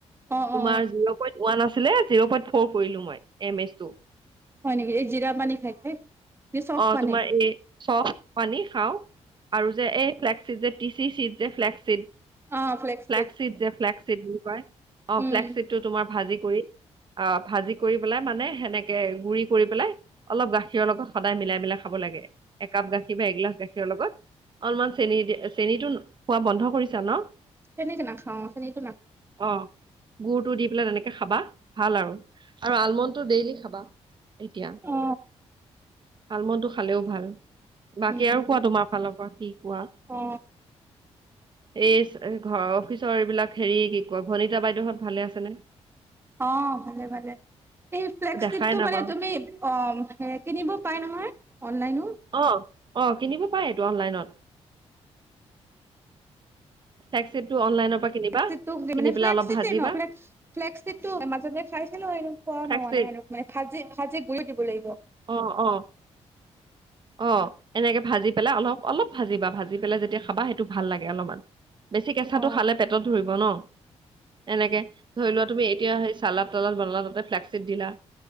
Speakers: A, on the right; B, on the right.
A: অ
B: তোমাৰ
A: অ
B: জিৰো পইণ্ট ওৱান আ জ' পই ফ' কৰিলো মই এছ টো।
A: হয় নেকি এই জিৰা পানী খাই, খায়, নে চফ
B: অ
A: পানী?
B: তোমাৰ এই চফ পানী খাওঁ আৰু যে এই ফ্লেকট যে টি চি চিট যে ফ্লেক চিট
A: অ ফ্লেক্সিড
B: ফ্লেক যে ফ্লেকচিট বুলি কয় অ',
A: উম
B: ফ্লেকটটো তোমাৰ ভাজি কৰি অ', ভাজি কৰি পেলাই মানে সেনেকে গুৰি কৰি পেলাই অলপ গাখীৰৰ লগত সদায় মিলাই মিলাই খাব লাগ। লে একাপ গাখীৰ বা এগিলাছ গাখীৰ লগত অলপমান চেনি চেনিটো খোৱা বন্ধ কৰিছা ন'।
A: চেনি নাখাওঁ, চেনিকো নাখাওঁ।
B: অ' গুৰটো দি পেলাই তেনেকে খাবা ভাল আৰু আৰু আলমণ্ডটো ডেইলি খাবা। এতিয়া
A: অ
B: ফালমূলটো খালেও ভাল, বাকী
A: উম উম
B: আৰু খোৱা তোমাৰ ফালৰ কি কোৱা
A: অ
B: এই এই ঘৰৰ অফিচৰ এইবিলাক, হেৰি কি কয় ভনীতা বাইদেউহত ভালে আছেনে?
A: অ', ভালে, ভালে। সেই ফ্লেক
B: দেখাই
A: চিডটো
B: নাপাওঁ
A: মানে তুমি অ', কিনিব পাই নহয় অনলাইনো।
B: অ', অ', কিনিব পাৰেটো অনলাইনত। ফ্লেকচিডটো অনলাইনৰ পৰা কিনিবা
A: ফ্লেকচিডটো
B: কিনি
A: মানে
B: পেলাই
A: ফ্লেকচিডেই
B: অলপ ভাজিবা
A: ন' ফ্লেকচিডটো মাজতে খাইছিলো সেইটো খোৱা
B: ফ্লেগশ্বিপ
A: নহ'ল না মানে ভাজি, ভাজি গৰি দিব লাগিব।
B: অ', অ'। অ', এনেকে ভাজি পেলাই অলপ অলপ ভাজিবা ভাজি পেলাই যেতিয়া খাবা সেইটো ভাল লাগে অলপমান। বেছি কেঁচাটো
A: অ
B: খালে পেটত ধৰিব ন'। এনেকে ধৰি লোৱা তুমি এতিয়া সেই চালাদ তালাদ বনালা তাতে ফ্লেক চিড দিলা।